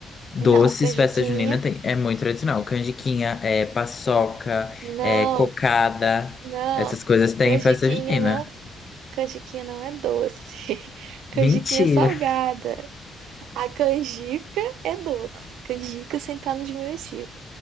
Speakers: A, on the left (about 35°); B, on the right (about 85°).
A: Doces,
B: Não, canjiquinha.
A: festa junina tem. É muito tradicional. Canjiquinha, é paçoca,
B: Não,
A: é cocada.
B: não.
A: Essas coisas tem
B: Canjiquinha
A: em festa junina.
B: não. Canjiquinha não é doce. <laughs> Canjiquinha
A: Mentira.
B: é salgada. A canjica é doce. Canjica sem estar no diminutivo.